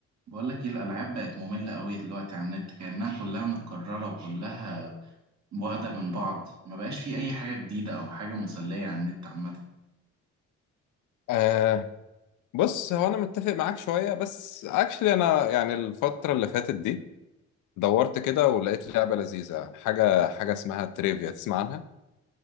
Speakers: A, on the right (about 65°); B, on the left (about 80°).
A: بقول لك ايه الالعاب بقت ممله قوي دلوقتي على النت كانها كلها متكرره وكلها واخده من بعض ما بقاش في اي حاجه جديده او حاجه مسليه على النت عامه
B: آه بص هو انا متفق معاك شويه بس اكشلي انا يعني الفتره اللي فاتت دي دورت كده ولقيت لعبه لذيذه حاجه حاجه اسمها تريفيا تسمع عنها